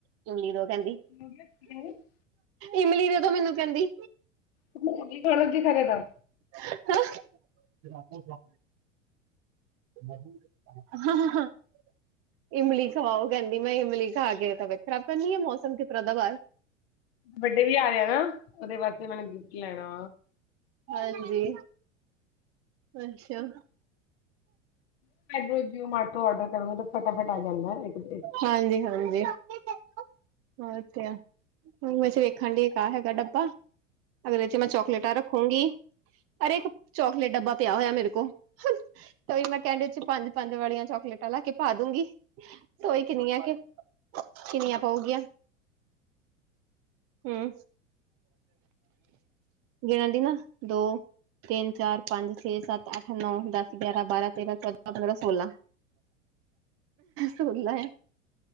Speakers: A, on the right (about 35°); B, on the left (about 50°).
A: ਇਮਲੀ ਨੂੰ ਕਹਿੰਦੀ।
B: ' <unintelligible>
A: ਇਮਲੀ ਦੇ ਦੋਂ ਮੈਨੂੰ ਕਹਿੰਦੀ
B: ਮੈਂ ਵੀ ਖਾਣਾ ਕੀ ਕਰੇਗਾ
A: ' <unintelligible> ' <unintelligible> ਇਮਲੀ ਖਵਾਓ ਕਹਿੰਦੀ, ਮੈਂ ਇਮਲੀ ਖਾ ਕੇ ਤਾਂ ਖਰਾਬ ਤਾਂ ਨਹੀਂ ਆ। ਮੌਸਮ ਕਿਸ ਤਰ੍ਹਾਂ ਦਾ ਬਾਹਰ
B: ਵੱਡੇ ਵੀ ਆ ਰਿਹਾ ਨਾ, ਉਹਦੇ ਵਾਸਤੇ ਮੈਨੂੰ ਗਿਫਟ ਲੈਣਾ
A: ਹਾਂਜੀ। ਅੱਛਾ।
B: ' <unintelligible> ' ਐਮਟੋ ਆਰਡਰ ਕਰੋ ਤਾਂ ਫਟਾਫਟ ਆ ਜਾਂਦਾ, ਇੱਕ-ਇੱਕ
A: ਹਾਂਜੀ-ਹਾਂਜੀ ਹੋ ਤੇ ਐ, ਵੈਸੇ ਵੇਖਣ ਡਿਆ। ਆ ਹੈਗਾ ਡੱਬਾ, ਅਗਲੇ 'ਚ' ਮੈਂ ਚੌਕਲੇਟਾਂ ਰੱਖੂਗੀ। ਅਰੇ ਇੱਕ, ਚੋਕਲੇਟ ਡੱਬਾ ਪਿਆ ਹੋਇਆ। ਮੇਰੇ ਕੋ ਉਹੀ ਮੈਂ ਕਹਿੰਡੀ 'ਚ' ਪੰਜ-ਪੰਜ ਵਾਲੀਆਂ ਚੌਕਲੇਟਾਂ ਲਿਆ ਕੇ ਪਾ ਦੂੰਗੀ। ਊਹੀ ਕਿੰਨੀਆਂ ਕ ਕਿੰਨੀਆ ਪਊਗੀਆਂ। ਹਮ, ਗਿਣ ਦੀ ਨਾ ਦੋ ਤਿੰਨ, ਚਾਰ, ਪੰਜ, ਛੇ, ਸੱਤ, ਅੱਠ, ਨੌਂ, ਦੱਸ, ਗਿਆਰਾਂ, ਬਾਰਾਂ, ਤੇਰਾਂ, ਚੌਦਾਂ, ਪੰਦਰਾਂ, ਸੋਲਾਂ ਸੁਲਾ